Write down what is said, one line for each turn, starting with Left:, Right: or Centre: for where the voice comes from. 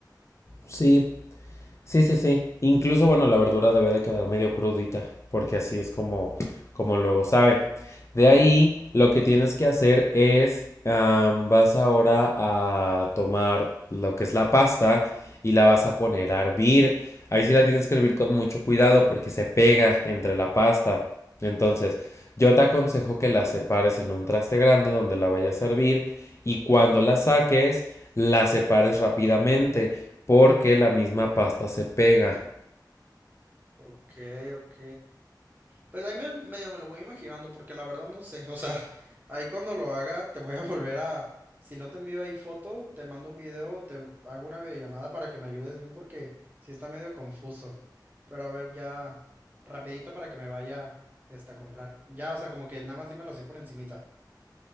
Left: sí, Sí, sí, sí. Incluso, bueno, la verdura debe de quedar medio crudita, porque así es como, como luego sabe. De ahí, lo que tienes que hacer es, am, vas ahora a tomar lo que es la pasta y la vas a poner a hervir. Ahí sí la tienes que hervir con mucho cuidado porque se pega entre la pasta. Entonces, yo te aconsejo que la separes en un traste grande donde la vayas a hervir y cuando la saques, la separes rápidamente porque la misma pasta se pega.
Right: Ok, ok. Pues ahí me- medio me lo voy imaginando, porque la verdad no sé. O sea, ahí cuando lo haga, te voy a volver a. Si no te envío ahí foto, te mando un video, te hago una videollamada para que me ayudes bien, porque sí está medio confuso. Pero a ver, ya, rapidito para que me vaya este, a comprar. Ya, o sea, como que nada más dímelo así por encimita.